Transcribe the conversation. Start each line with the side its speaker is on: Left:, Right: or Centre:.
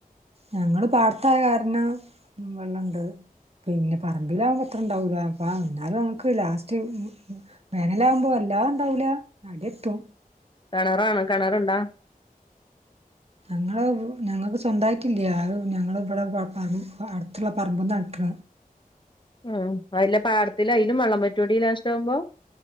Right: ഞങ്ങള് പാടത്തായ കാരണം വെള്ളണ്ട് പിന്നെ പറമ്പിലാവുമ്പാെ അത്രണ്ടാവൂല പ്പ ന്നാലും ഞങ്ങക്ക് ലാസ്റ്റ് വേനലാവുമ്പോ അല്ലാതണ്ടാവൂല അട്യെത്തും
Left: കെണറാണ് കെണറ്ണ്ടാ
Right: ഞങ്ങള് ഞങ്ങക്ക് സ്വന്തായിട്ടില്ല്യാ അത് ഞങ്ങള്ബടെ പ പ പർ അട്ത്ത്ള്ള പർമ്പ്ന്നടി ബ്ര
Left: ആ അതിലെ പാടത്തിലെ അയ്ലും വള്ളം വറ്റോടി ലാസ്റ്റാവുമ്പോ